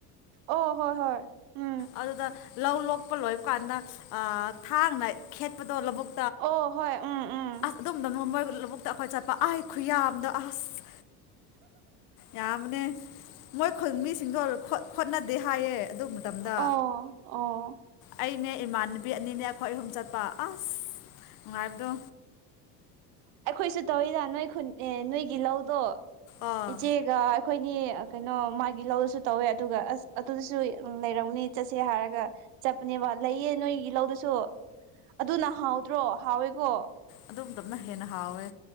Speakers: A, on the right (about 75°); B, on the left (about 55°).
A: ꯑꯣ ꯍꯣꯏ ꯍꯣꯏ ꯎ
B: ꯑꯗꯨꯗ ꯂꯧ ꯂꯣꯛꯄ ꯂꯣꯏꯕ ꯀꯥꯟꯗ ꯊꯥꯡꯅ ꯈꯦꯠꯄꯗꯣ ꯂꯧꯕꯨꯛ
A: ꯑꯣ ꯍꯣꯏ ꯎꯝ ꯎꯝ
B: ꯑꯗꯨꯝꯗꯅ ꯃꯣꯏ ꯂꯧꯕꯨꯛꯇ ꯑꯩꯈꯣꯏ ꯆꯠꯄ ꯑꯥꯏ ꯈꯨꯌꯥꯝꯗ ꯑꯁ ꯌꯥꯝꯅꯦ ꯃꯣꯏ ꯃꯤꯁꯤꯡꯗꯣ ꯈꯣꯠꯅꯗꯦ ꯍꯥꯏꯌꯦ ꯑꯗꯨ ꯃꯇꯝꯗ
A: ꯑꯣ ꯑꯣ
B: ꯑꯩꯅꯦ ꯏꯃꯥꯟꯅꯕꯤ ꯑꯅꯤꯅꯦ ꯑꯩꯈꯣꯏ ꯑꯍꯨꯝ ꯆꯠꯄ ꯑꯁ ꯅꯨꯡꯉꯥꯏꯕꯗꯣ
A: ꯑꯩꯈꯣꯏꯁꯨ ꯇꯧꯋꯗ ꯅꯣꯏ ꯈꯨ ꯅꯣꯏꯒꯤ ꯂꯧꯗꯣ
B: ꯑꯥ
A: ꯏꯆꯦꯒ ꯑꯩꯈꯣꯏ ꯀꯩꯅꯣ ꯃꯥꯒꯤ ꯂꯧꯔꯁꯨ ꯇꯧꯋꯦ ꯑꯗꯨꯒ ꯑꯁ ꯑꯗꯨꯗꯁꯨ ꯂꯩꯔꯝꯅꯤ ꯆꯠꯁꯦ ꯍꯥꯏꯔꯒ ꯆꯠꯄꯅꯦꯕ ꯂꯩꯌꯦ ꯅꯣꯏꯒꯤ ꯂꯧꯗꯨꯁꯨ ꯑꯗꯨ ꯅ ꯍꯥꯎꯗ꯭ꯔꯣ ꯍꯥꯎꯋꯦꯀꯣ
B: ꯑꯗꯨꯝ ꯇꯞꯅ ꯍꯦꯟꯅ ꯍꯥꯎꯋꯦ